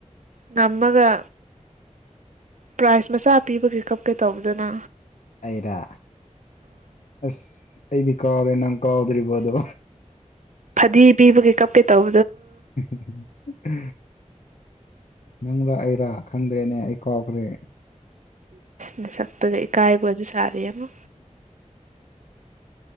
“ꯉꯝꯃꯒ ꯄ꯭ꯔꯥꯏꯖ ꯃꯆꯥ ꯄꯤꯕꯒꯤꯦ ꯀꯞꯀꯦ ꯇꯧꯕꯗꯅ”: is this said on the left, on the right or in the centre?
Right